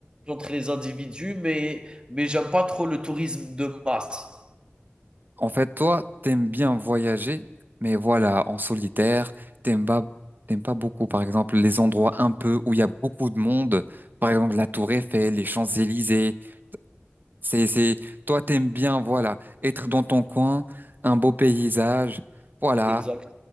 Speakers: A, on the right (about 20°); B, on the right (about 45°).
A: contre les individus, mais mais j'aime pas trop le tourisme de masse.
B: En fait, toi, t'aimes bien voyager, mais voilà, en solitaire, t'aimes pas, t'aimes pas beaucoup, par exemple, les endroits un peu où il y a beaucoup de monde, par exemple la Tour Eiffel, les Champs-Élysées. C'est, c'est, toi, t'aimes bien, voilà, être dans ton coin, un beau paysage, voilà,
A: Exact,